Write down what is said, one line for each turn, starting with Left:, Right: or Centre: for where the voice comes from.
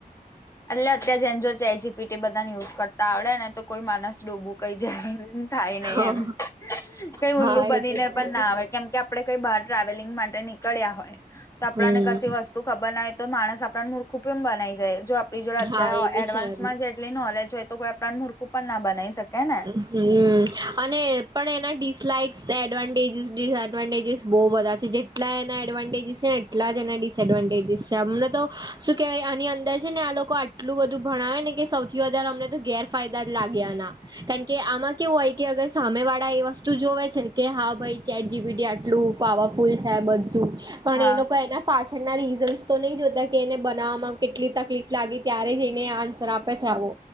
Left: એટલે અત્યારે જેને જો ચેટ જી પી ટી બધાને યુઝ કરતા આવડે ને તો કોઈ માણસ ડોબું કઈ જાય થાય નહી
Right: હા
Left: એમ. કઈ
Right: હા
Left: ઉલ્લું બની
Right: એ તો
Left: ને
Right: છે
Left: પણ ના
Right: જ
Left: આવે કેમ કે આપડે કોઈ બાર ટ્રાવેલિંગ માટે નીળ્યા હોય તો આપણાને
Right: હમ
Left: કશે વસ્ ખબર ના તો માણસ આપણા મૂર્ખું કેમ બનાઈ જાય જો આપણી જોડે અત્યારે
Right: હા એ બી
Left: એડવાન્સમાં
Right: છે એમ
Left: જે એટલી નોલેજ હોય તો કોઈ આપ મૂર્ખું પણ ના બનાવી શકે ને.
Right: હમ્મ અને પણ એના ડિસલાઇક્સ એડવાન્ટેજીસ ડિસએડવાન્ટેજીસ બહુ બધા છે જે એટલા એના એડવાન્ટેજીસ છે ને એટલા જ એના ડિસએડવાન્ટેજીસ છે અમને તો શું કેહેવાય આની અંદર છે ને આ લોકો આ ટલું બધું ભણાવે ને કે સૌથી વધારે અમને તો ગેરફાયદા જ લાગ્યા આના. કારણ કે આમાં કેવું હોય કે અગર સામે વાળા એ વસ્તુ જોવે છે કે હા ભાઈ ચેટ જી બી ટી આટલું પાવરફુલ છે આ બધું પણ
Left: હા
Right: એ લોકો એના પાછળના રીઝન્સ તો નહી જોતા કે એને બનાવવામાં કેટલી તકલીફ લાગી ત્યારે જ એને આન્સર આપે છે આવો.